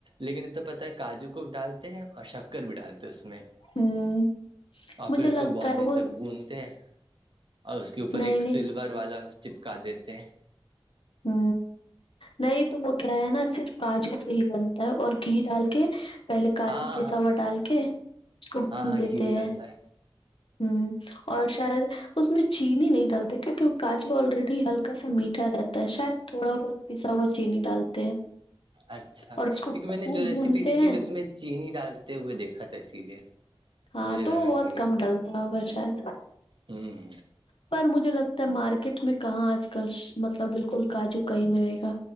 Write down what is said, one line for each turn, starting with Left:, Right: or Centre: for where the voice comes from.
Right: لیکن اتنا پتا ہے کاجو کو ڈالتے ہیں اور شک ر بھی ڈالتے اس میں
Left: ہوں
Right: اور
Left: مجھے
Right: پھر اس
Left: لگتا
Right: کو بہت
Left: ہے
Right: دیر
Left: وہ
Right: تک گندتے اور اس کے اوپر
Left: نہیں
Right: ایک
Left: نہیں
Right: سلور والا چپکا دیتے ہیں
Left: ہ نہیں تو وہ کیا ہے نا صرف کاجو سے ہی بنتا ہے اور گھی ڈال کے پہلے کاجو
Right: ہاں
Left: پساوا
Right: ہاں
Left: ڈال کے اس کو بھون
Right: ہاں ہاں
Left: دیتے
Right: گھی بھی
Left: ہیں
Right: ڈلتا ہے
Left: ہوں اور شاید اس میں چینی نہیں ڈالتے کیونکہ وہ کاجو آلریڈی ہلکا سا میٹھا رہتا شاید تھوڑا بہت پیسا ہوا چینی ڈالتے ہیں
Right: اچھا
Left: اور اس کو
Right: کیونکہ میں
Left: خوب
Right: نے جو ریسیپی
Left: بھونتے
Right: دیکھی
Left: ہیں
Right: تھی اس میں چینی ڈالتے ہوئے دیکھا تھا اسی لیے
Left: ہاں
Right: مجھے
Left: تو
Right: لگا
Left: وہ بہت
Right: چینی
Left: کم
Right: ڈال
Left: ڈلتا ہوگا شاید
Right: ہوں
Left: پر مجھے لگتا ہے مارکیٹ میں کہاں آج کل مطلب بالکل کاجو کہیں ملے گا